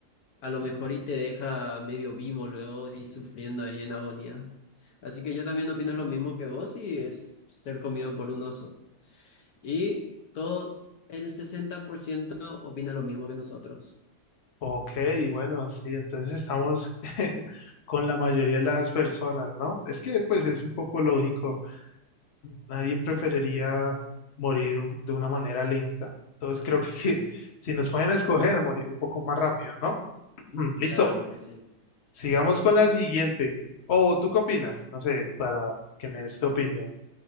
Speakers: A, on the left; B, on the left.
A: a lo mejor y te deja medio vivo luego y sufriendo ahí en agonía. Así que yo también opino lo mismo que vos y es ser comido por un oso. Y todo el 60% opina lo mismo que nosotros.
B: Ok, bueno, sí, entonces estamos <laughs> con la mayoría de las personas, ¿no? Es que pues es un poco lógico Nadie preferiría morir un- de una manera lenta. Entonces creo que, que si nos pueden escoger, morir un poco más rápido, ¿no? <clears throat> Listo.
A: La verdad que sí.
B: Sigamos
A: Sí,
B: con
A: sí,
B: la
A: sí.
B: siguiente. O ¿tú qué opinas? No sé, para que me des tu opinión.